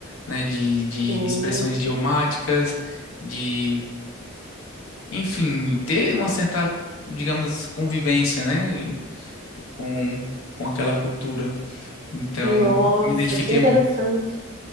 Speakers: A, on the left; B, on the right.
A: né, de, de
B: Sim.
A: expressões idiomáticas, de enfim, ter uma certa, digamos, convivência, né, com, com aquela cultura. Então,
B: Nossa,
A: me identifiquei
B: que interessante.
A: muito.